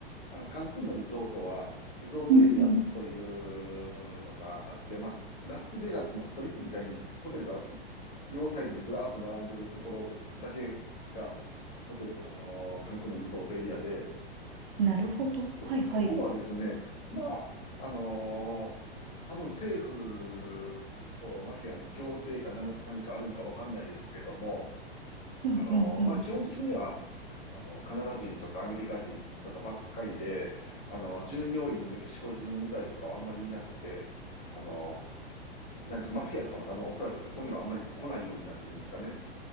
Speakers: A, on the left; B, on the right.
A: あの、カンクンのリゾートは、リゾートエリアというのがあって、
B: うんうん。
A: まあ、ラスベガスのストリップみたいにホテルが両サイドにずらーっと並んでるところだけが、ホテル、あのーカンクンのリゾートエリアで、
B: なるほど。
A: そ、
B: はいはい。
A: そこはですね、まあ、あのー多分政府とマフィアの協定かなる、何かあるんかわかんないですけども、
B: うんうんうん。
A: あのーまあ基本的にはあの、カナダ人とかアメリカ人とかばっかりで、あの、従業員のメキシコ人以外とかはあんまりいなくて、あの、なんですか、マフィアとかも多分おそらくそこにはあんまり来ないようになってるんですかね。